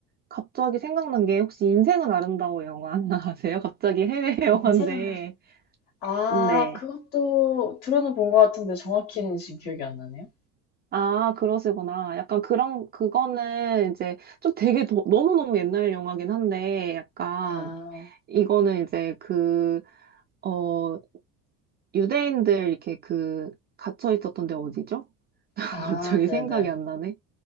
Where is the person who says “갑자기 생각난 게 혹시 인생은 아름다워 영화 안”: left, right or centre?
Right